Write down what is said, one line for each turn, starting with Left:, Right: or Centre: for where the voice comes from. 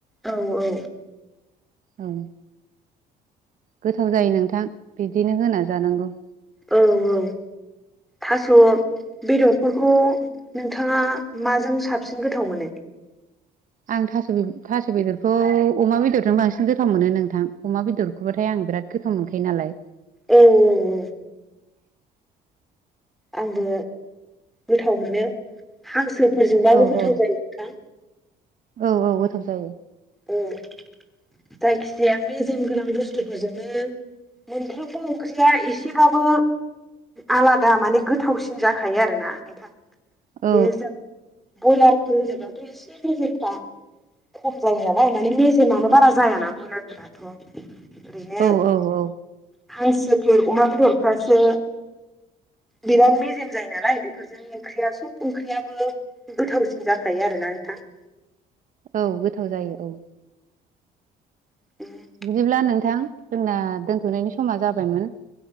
Centre: औ औ।
Right: औ। गोथाव जायो नोंथां बिदिनो होना जानांगौ।
Centre: औ औ थास' बेदरफोरखौ नोंथाङा माजों साबसिन गोथाव मोनो?
Right: आं थास' थास' बेदरखौ अमा बेदरजों बांसिन गोथाव मोनो नोंथां अमा बेदरखौबाथाय आं बिराद गोथाव मोनखायो नालाय
Centre: औ औ आंबो गोथाव मोनो हांसोफोरजोंबाबो
Right: औ
Centre: गोथाव
Right: औ
Centre: जायो नोंथां
Right: औ औ गोथाव जायो
Centre: औ <inaudible> जाया मेजेम गोनां बुस्थुफोरजोंनो मोनफ्रोमबो ओंख्रिया एसेबाबो आलादा माने गोथावसिन जाखायो आरोना नोंथां
Right: औ
Centre: बे ज बयलारफोर होनोबाथ' एसे मेजेफ्रा खम जायो नालाय मेने मेजेमानो बारा जायाना बयलारफोराथ' ओरैनो
Right: औ औ औ
Centre: हांसोफोर अमा बेदरफ्रासो बिराद मेजेम जायो नालाय बेफोरजों ओंख्रिया सब ओंख्रियाबो गोथावसिन जाखायो आरो जथा <unintelligible>
Right: औ गोथाव जायो औ
Centre: बेनो
Right: बिदिब्ला नोंथां जोंना दोन्थ'नायनि समा जाबायमोन